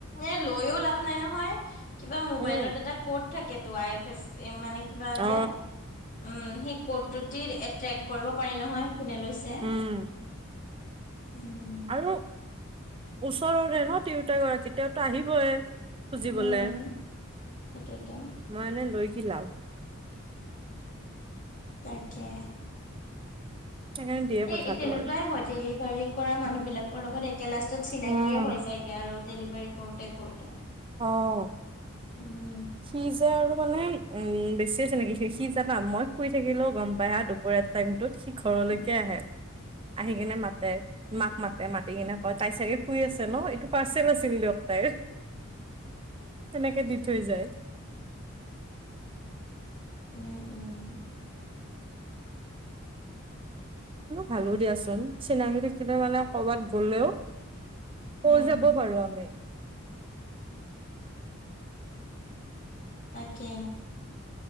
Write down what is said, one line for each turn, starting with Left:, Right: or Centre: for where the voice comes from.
Left: এ লৈয়ো লাভ নাই নহয়, কিবা মোবাইলত
Right: উম
Left: এটা ক'ত থাকে তো, আই এফ এছ মানে কিবা
Right: অ
Left: যে উম্, সেই কৰ্ট টো দি এট্ৰেক্ট কৰিব পাৰি নহয়। কোনে লৈছে,
Right: উম
Left: উম্।
Right: আৰু ওচৰৰে ন তিৰোত গৰাকী, তেওঁতো আহিবইে। খুজিবলৈ,
Left: উম সেইটোৱেতো
Right: মই এনে লৈ কি লাভ।
Left: তাকে।
Right: সেইকাৰণে দিয়ে
Left: এই
Right: পঠালো
Left: তেনেকুৱাই
Right: আৰু।
Left: হয়, ডেলিভাৰী কৰা মানুহ বিলাকৰ লগত একেবাৰে লাষ্টত চিনাকিয়ে
Right: উম,
Left: হৈ যায়। আৰু ডেলিভাৰী কৰোঁতে কৰোঁতে।
Right: অ'।
Left: উম্।
Right: সি যে আৰু মানে উম্, বেছিয়ে জানে সি। সি জানা মই শুই থাকিলেও গম পাই হা দুপৰীয়া। টাইমতোত সি ঘৰলৈকে
Left: উম
Right: আহে আহি কেনে মাতে। মাক মাতে, মাতি কিনে কয়। তাই চাগে শুই আছে ন, এইটো পাৰ্চেল আছিল দিয়ক তাইৰ।
Left: <inaudible>
Right: তেনেকে দি থৈ যায়।
Left: উম্, উম্।
Right: ভালো দিয়াচোন, চিনাকি থাকিলে মানে কৰ'বাত গ'লেও
Left: উম
Right: কয় যাব পাৰোঁ আমি।
Left: তাকে।